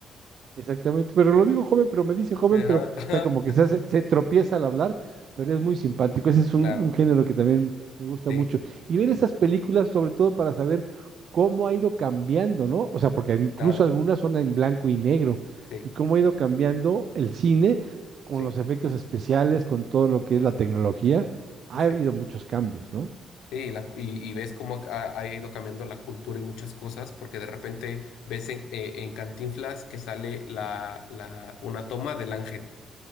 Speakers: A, on the right (about 60°); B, on the left (about 80°).
A: Exactamente, pero lo digo joven, pero me dice joven,
B: Ajá,
A: pero, o
B: ajá,
A: sea, como que se hace, se tropieza al hablar, pero es muy simpático. Ese es
B: claro,
A: un, un género que también me gusta
B: sí,
A: mucho. Y ver esas películas, sobre todo para saber cómo ha ido cambiando, ¿no? O sea, porque incluso
B: claro,
A: algunas son en blanco y negro,
B: sí,
A: y cómo ha ido cambiando el cine con
B: sí,
A: los efectos especiales, con todo lo que es la tecnología. Ha
B: así
A: habido
B: es.
A: muchos cambios, ¿no?
B: Y, la, y, y ves cómo ha, ha ido cambiando la cultura y muchas cosas porque de repente ves en, eh, en Cantinflas que sale la, la, una toma del ángel